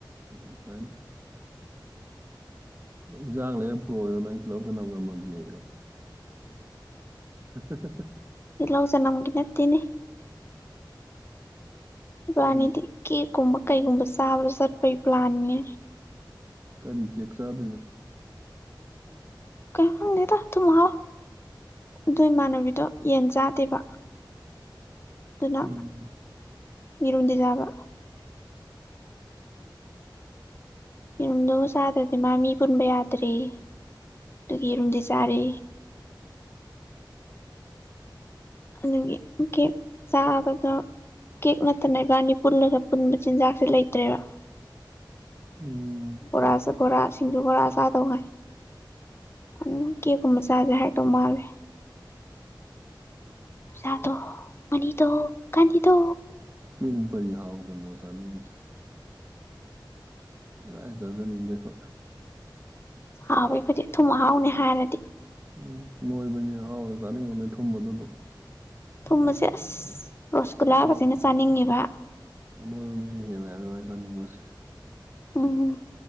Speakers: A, on the right; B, on the left.
A: ꯎ ꯀ ꯏꯟꯖꯥꯡ ꯂꯩꯔꯝ ꯄꯨꯔꯛꯣꯏꯕ ꯅꯪ ꯂꯧꯁꯤꯟꯟꯅꯕ ꯉꯝꯃꯒꯦ ꯑꯩꯣ <unintelligible>
B: ꯏꯤꯜꯍꯥꯎ ꯆꯅꯝꯒꯤ ꯅꯠꯇꯦꯅꯦ ꯏꯕꯥ꯭ꯂꯥꯟꯅꯤꯗꯤ
A: ꯀꯔꯤ
B: ꯀꯦꯛꯀꯨꯝꯕ ꯀꯩꯒꯨꯝꯕ ꯆꯥꯕꯗ ꯆꯠꯄꯩ ꯄ꯭ꯂꯥꯟꯅꯦ
A: ꯀꯔꯤ ꯀ ꯆꯥꯕꯗꯕꯣ
B: ꯀ ꯅꯗ ꯊꯨꯝꯥꯎ ꯑꯗꯨ ꯏꯃꯥꯟꯅꯕꯤꯗꯣ ꯌꯦꯟ ꯆꯥꯗꯦꯕ ꯑꯗꯨꯅ
A: ꯎꯝ
B: ꯌꯦꯔꯣꯟꯗꯤ ꯆꯥꯕ ꯌꯦꯔꯨꯝꯗꯨ ꯆꯥꯗ꯭ꯔꯕꯗꯤ ꯃꯥ ꯃꯤ ꯄꯨꯟꯕ ꯌꯥꯗ꯭ꯔꯦ ꯑꯗꯨꯒꯤ ꯌꯦꯔꯨꯝꯗꯤ ꯆꯥꯔ ꯑꯗꯨꯒꯤ ꯀꯦꯛ ꯆꯥꯕꯗꯣ ꯀꯦꯛ ꯅꯠꯇꯅ ꯏꯕꯥꯅꯤ ꯄꯨꯜꯂꯒ ꯄꯨꯟꯕ ꯆꯤꯟꯖꯥꯛꯁꯦ ꯂꯩꯇ꯭ꯔꯦꯕ
A: ꯎꯝ
B: ꯕꯣꯔ ꯕꯣꯔꯥ ꯁꯤꯡꯖꯨ ꯕꯣꯔꯥ ꯆꯥꯗꯧꯉꯥꯏ ꯑꯗꯨꯅ ꯀꯦꯛꯀꯨꯝꯕ ꯆꯥꯁꯦ ꯍꯥꯏꯔꯛꯇꯧ ꯃꯥꯜꯂꯦ
A: <unintelligible>
B: ꯁꯥꯥꯗꯣ ꯃꯅꯤ ꯇ ꯀꯥꯟꯙꯗ
A: <unintelligible> ꯑꯥꯏ ꯆꯥꯖꯅꯤꯡꯗꯦ ꯈꯣꯏ
B: ꯍꯥꯎꯋ ꯑꯩꯈꯣꯏꯗꯤ ꯊꯨꯝꯍꯥꯎꯅꯦ ꯍꯥꯏꯔꯗꯤ
A: ꯎꯝ ꯅꯣꯏꯕꯅꯤ ꯍꯔꯥꯎꯅ ꯆꯥꯅꯤꯡꯉꯣꯅꯦ ꯊꯨꯝꯕꯗꯣ ꯑꯗꯨꯝ
B: ꯊꯨꯝꯃꯁꯦ ꯑꯁ ꯔꯣꯁꯒꯨꯜꯂꯥꯒꯁꯤꯅ
A: <unintelligible>
B: ꯆꯥꯅꯤꯡꯉꯦꯕ ꯎꯝꯝ